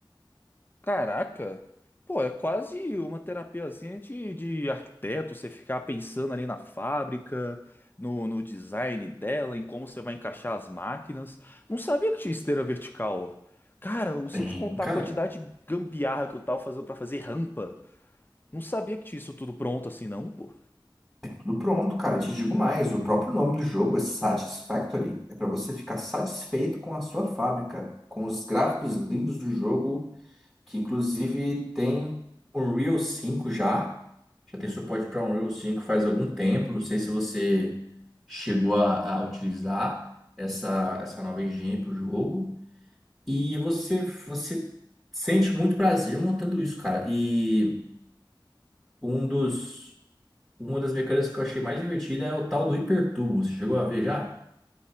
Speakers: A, on the left; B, in the centre.
A: Caraca! Pô, é quase uma terapiazinha de, de arquiteto, você ficar pensando ali na fábrica, no, no design dela, em como você vai encaixar as máquinas. Não sabia que tinha esteira vertical. Cara, o- se
B: Tem,
A: eu te contar
B: cara,
A: a quantidade de gambiarra que eu tava fazendo pra fazer rampa, não sabia que tinha isso tudo pronto assim, não, pô.
B: tudo pronto, cara. Te digo mais, o próprio nome do jogo é Satisfactory. É para você ficar satisfeito com a sua fábrica, com os gráficos lindos do jogo que inclusive tem Unreal cinco já. Já tem suporte para Unreal cinco faz algum tempo. Não sei se você chegou a, a utilizar essa, essa nova engine para o jogo. E você, você sente muito prazer montando isso, cara. E um dos, uma das mecânicas que eu achei mais divertida é o tal do hipertubo. Você chegou a ver já?